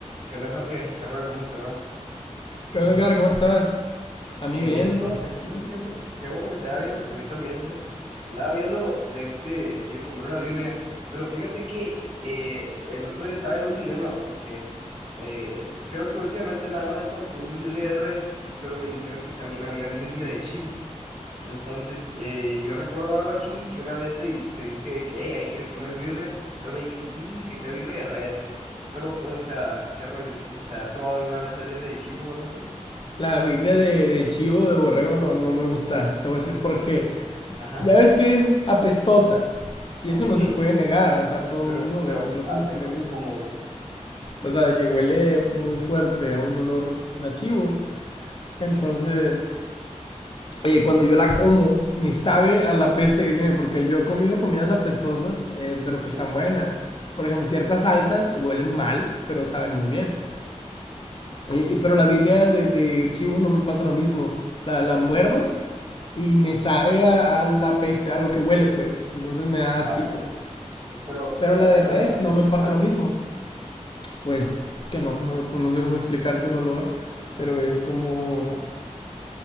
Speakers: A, on the right (about 60°); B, on the left (about 45°).
A: ¿Qué onda, Jorge? ¿Qué rollo? ¿Cómo te va?
B: ¿Qué onda, Edgar? ¿Cómo estás? A
A: Eh,
B: mí bien.
A: bien, todo tranquilo,
B: ¿Y tú?
A: fíjate. Qué bueno que te va bien. A mí también, fíjate. Andaba viendo de este, si de comer una birria. Pero fíjate que eh, el otro día estaba en un dilema porque eh, creo que últimamente nada más he estado comiendo birria de res, pero me dijeron que también había birria de chivo. Entonces, eh, yo recuerdo algo así, que una vez te, di- te dije de que, hey, hay que ir a comer birria, pero me dijiste, sí, que sea birria de res. Pero, pues, o sea, ¿qué rollo? O sea, ¿has probado alguna vez la birria de chivo o algo así?
B: La birria de, de chivo, de borrego, no, no me gusta. Te voy a decir por qué.
A: Ajá,
B: Ya ves que es apestosa. Y
A: ok,
B: eso no se puede negar. O sea, todo
A: pero,
B: el mundo,
A: pero
B: incluso
A: apestosa
B: los que le gusta.
A: como, viejo,
B: O sea, de que huele muy fuerte a un olor, pues, a chivo.
A: ok,
B: Entonces, oye, cuando yo la como, me sabe a la peste que tiene. Porque yo he comido comidas apestosas, eh, pero
A: sí,
B: que están buenas. Por ejemplo, ciertas salsas huelen mal, pero saben muy bien. Y, y- pero la birria de, de chivo no me pasa lo mismo. La, la muerdo y me sabe a, a la peste, a lo que huele, pues. Entonces me da
A: vaya,
B: asquito.
A: pero
B: Pero la
A: ¿cómo
B: de res
A: es la peste,
B: no me pasa
A: sabes?
B: lo mismo. Pues es que no, no, no sé cómo explicarte un olor, pero es como...